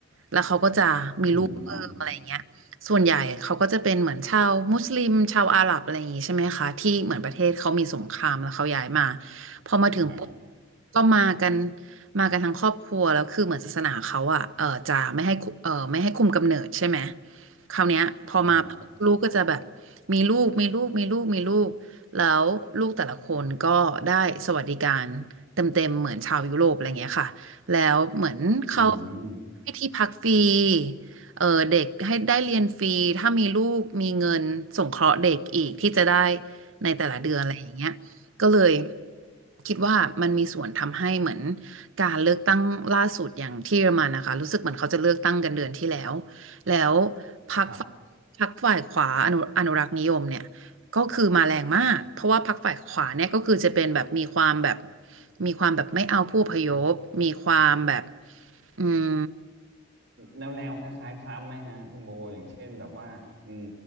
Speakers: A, on the right; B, on the right.
A: แล้วเขาก็จะมีลูกเพิ่มอะไรอย่างเงี้ยส่วนใหญ่เขาก็จะเป็นเหมือนชาวมุสลิมชาวอาหรับอะไรอย่างงี้ใช่ไหมคะที่เหมือนประเทศเขามีสงครามแล้วเขาย้ายมา
B: อืม
A: พอมาถึงปุ๊บ
B: ฮะ
A: ก็มากันมากันทั้งครอบครัวแล้วคือเหมือนศาสนาเขาอ่ะเออจะไม่ให้คุเออไม่ให้คุมกำเนิดใช่ไหมคราวเนี้ยพอมาลูกก็จะแบบ
B: ฮะ
A: มีลูกมีลูกมีลูกมีลูกแล้วลูกแต่ละคนก็ได้สวัสดิการเต็มๆเหมือนชาวยุโรปอะไรอย่างเงี้ยค่ะ แล้วเหมือนเขา
B: อืม
A: ให้ที่พักฟรีเออเด็กให้ได้เรียนฟรีถ้ามีลูกมีเงินสงเคราะห์เด็กอีกที่จะได้ในแต่ละเดือนอะไรอย่างเงี้ยก็เลยคิดว่ามันมีส่วนทำให้เหมือนการเลือกตั้งล่าสุดอย่างที่เยอรมันนะคะรู้สึกเหมือนเขาจะเลือกตั้งกันเดือนที่แล้วแล้วพรรคฝ่าย
B: ครับ
A: พรรคฝ่ายขวาอนุอนุรักษ์นิยมเนี่ย ก็คือมาแรงมาก เพราะว่าพรรคฝ่ายขวาเนี่ยก็คือจะเป็นแบบมีความแบบมีความแบบไม่เอาผู้อพยพมีความแบบอืม
B: แนว แนวคล้ายๆทรัมป์ไหมฮะ คุณโบ อย่างเช่นแบบว่า อืม